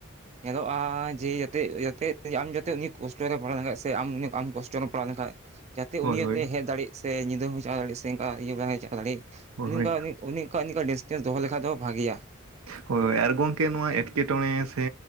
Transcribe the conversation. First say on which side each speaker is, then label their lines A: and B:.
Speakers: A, on the right (about 30°); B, on the right (about 85°).
A: ᱧᱮᱞᱚᱜᱼᱟ ᱡᱮ ᱡᱟᱛᱮ, ᱡᱟᱛᱮ ᱟᱢ ᱡᱟᱛᱮ ᱩᱱᱤ ᱠᱚᱥᱴᱚᱭ ᱨᱮ ᱯᱟᱲᱟᱣ ᱞᱮᱠᱷᱟᱡ ᱥᱮ ᱟᱢ ᱩᱱᱤ ᱵᱟᱢ ᱠᱚᱥᱴᱚᱼᱼ ᱚᱞᱚᱜ ᱯᱟᱲᱦᱟᱣ ᱞᱮᱱᱠᱷᱟᱡ, ᱡᱟᱛᱮ
B: ᱦᱳᱭ
A: ᱩᱱᱤ
B: ᱦᱳᱭ
A: ᱟᱛᱤᱧ ᱦᱮᱡ ᱫᱟᱹᱲᱤᱜ ᱥᱮ ᱧᱤᱫᱟᱹ ᱦᱚᱸ ᱪᱟᱞᱟ ᱫᱟᱲᱤᱜ, ᱥᱮ ᱚᱱᱠᱟ ᱤᱭᱟᱹ ᱵᱟᱝ ᱪᱟᱠᱟ ᱫᱟᱲᱤᱜᱼᱼ
B: ᱦᱳᱭ
A: ᱚᱱᱠᱟ
B: ᱦᱳᱭ
A: ᱩᱱᱤ, ᱩᱱᱤ ᱚᱱᱠᱟ ᱰᱤᱥᱴᱮᱱᱥ ᱫᱚᱦᱚ ᱞᱮᱠᱷᱟᱡ ᱫᱚ ᱵᱷᱟᱜᱤᱭᱟ ᱾
B: ᱦᱳᱭ, ᱟᱨ ᱜᱚᱢᱠᱮ ᱱᱚᱣᱟ ᱮᱴᱠᱮᱴᱚᱬᱮ ᱥᱮ